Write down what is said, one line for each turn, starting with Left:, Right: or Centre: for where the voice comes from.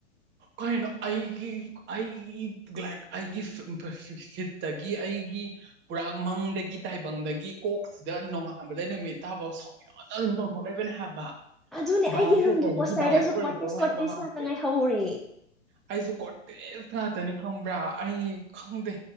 Right: ꯀꯅꯣ ꯑꯩꯒꯤ ꯑꯩꯒꯤ ꯂꯥꯏꯛ ꯑꯩꯒꯤ ꯁꯤꯠꯇꯒꯤ ꯑꯩꯒꯤ ꯄꯨꯔꯥ ꯃꯪꯗꯒꯤ ꯇꯥꯏꯕꯪꯗꯒꯤ ꯀꯣꯛꯁꯤꯗ ꯅꯣꯡꯉꯥꯟꯕꯗ ꯅꯨꯃꯤꯠ ꯊꯥꯕꯥꯎ ꯁꯥꯎꯅ ꯑꯗꯨꯝ ꯇꯣꯡꯊꯣꯛꯂꯕꯅꯦ ꯍꯥꯏꯕ
Centre: ꯑꯗꯨꯅꯦ
Right: ꯕꯥꯁꯦꯀꯔꯅ
Centre: ꯑꯩꯒꯤ ꯔꯨꯝꯒꯤ ꯄꯣꯁꯇꯔꯗꯁꯨ
Right: ꯔꯁ ꯑꯣꯏꯔꯔ
Centre: ꯀꯣꯔꯇꯦꯁ ꯀꯣꯔꯇꯦꯁ
Right: ꯍꯥꯏꯕ
Centre: ꯉꯥꯛꯇ ꯉꯥꯏꯍꯧꯔꯦ
Right: ꯑꯩꯁꯨ ꯀꯣꯇꯦ ꯉꯥꯛꯇꯅꯤ ꯈ ꯈꯪꯕ꯭ꯔꯥ ꯑꯩ ꯈꯪꯗꯦ